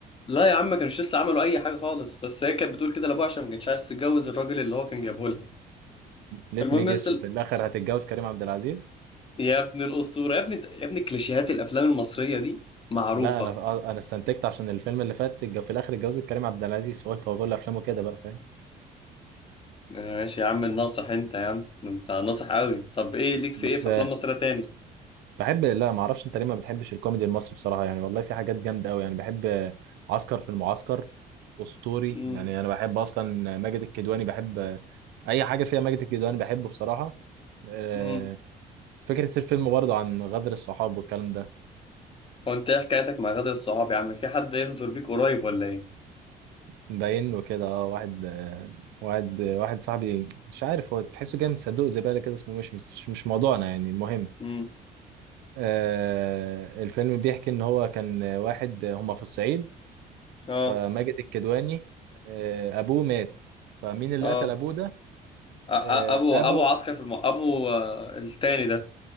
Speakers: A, on the left (about 30°); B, on the right (about 80°).
A: لا يا عم ما كانش لسه عملوا اي حاجه خالص بس هي كانت بتقول كده لابوها عشان ما كانتش عايز تتجوز الراجل اللي هو كان جابه لها
B: ليت
A: فالمهم
B: مي جيس
A: يا اسطى-
B: وفي الاخر هتتجوز كريم عبد العزيز
A: يا ابن الاسطوره يا ابن يا ابن كليشيهات الافلام المصريه دي معروفه
B: لا انا آه، انا استنتجت عشان الفيلم اللي فات اتج- في الاخر اتجوزت كريم عبد العزيز فقلت هو كل افلامه كده بقى فاهم
A: آه، ماشي يا عم الناصح انت يا عم انت ناصح قوي طب ايه ليك في
B: بس
A: ايه في
B: آه،
A: افلام مصريه تاني
B: بحب لا ما اعرفش انت ليه ما بتحبش الكوميدي المصري بصراحه يعني والله في حاجات جامده قوي يعني بحب آه، عسكر في المعسكر اسطوري
A: امم
B: يعني انا بحب اصلا ماجد الكدواني بحب آه، اي حاجه فيها ماجد الكدواني بحبه بصراحه آه،
A: امم
B: فكرة الفيلم برضه عن غدر الصحاب والكلام ده
A: هو انت ايه حكايتك مع غادة الصعاب يا عم في حد يغدر بيك قريب ولا ايه
B: باين له كده اه واحد آه، واحد آه، واحد صاحبي مش عارف هو تحسه جاي من صندوق زبالة كده اسمه مش مش مش موضوعنا يعني المهم
A: امم
B: آه الفيلم بيحكي ان هو كان واحد آه، هما في الصعيد
A: اه
B: فماجد الكدواني آه ابوه مات فمين اللي
A: اه
B: قتل ابوه ده
A: أ- أ-
B: آه
A: ابو
B: ابو
A: ابو عسكر في الم... ابو آه، التاني ده